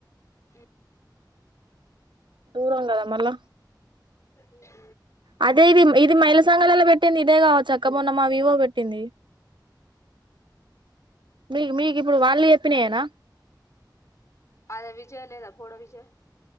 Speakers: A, on the left (about 40°); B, on the right (about 85°).
A: ఆ
B: దూరం కదా మళ్ళా
A: అ
B: అదే ఇది ఇది మైల సంంగలలో పెట్టింది ఇదే కావచ్చు అక్కపోన్న మా వివో పెట్టింది మీకు మీకు ఇప్పుడు వాళ్ళు చెప్పినాయేనా
A: అదే విజయ లేదా బోడ విజయ్